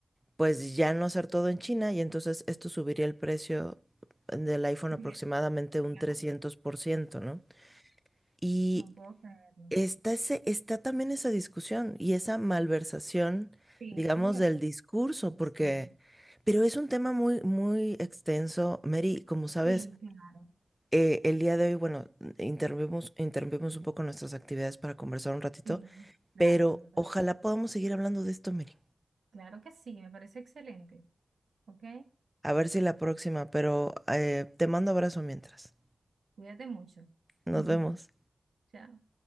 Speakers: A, in the centre; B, on the right.
A: pues ya no hacer todo en China y entonces esto subiría el precio del iPhone
B: Bien,
A: aproximadamente un
B: claro.
A: 300%, ¿no? Y
B: No puedo creerlo.
A: está, ese, está también esa discusión y esa malversación,
B: Sí,
A: digamos,
B: señora.
A: del discurso, porque,
B: Sí,
A: pero es un tema muy, muy extenso. Mary, como sabes,
B: sí, claro.
A: eh, el día de hoy, bueno, interrumpimos, interrumpimos un poco nuestras actividades para conversar un ratito,
B: Sí, claro,
A: pero
B: es verdad.
A: ojalá podamos seguir hablando de esto, Mary.
B: Claro que sí, me parece excelente. ¿ok?
A: A ver si la próxima, pero eh, te mando abrazo mientras.
B: Cuídate mucho.
A: Nos
B: <laughs>
A: vemos.
B: Chao.